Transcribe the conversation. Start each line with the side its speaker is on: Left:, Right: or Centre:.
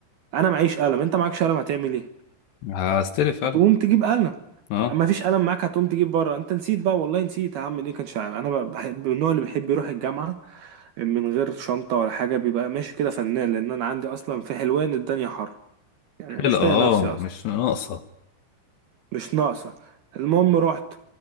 Right: انا معيش قلم انت معكش قلم هتعمل ايه
Left: هستلف فعلا
Right: هتقوم تجيب قلم
Left: اه
Right: ما فيش قلم معاك هتقوم تجيب بره انت نسيت بقى والله نسيت هعمل ايه كانش عارف. انا بحب من النوع اللي بيحب يروح الجامعه من غير شنطة ولا حاجة بيبقى ماشي كده فنان لأن أنا عندي أصلا في حلوان الدنيا حر يعني
Left: خلقة
Right: مش طايق
Left: اه
Right: نفسي أصلا
Left: مش ناقصة
Right: مش ناقصة المهم رحت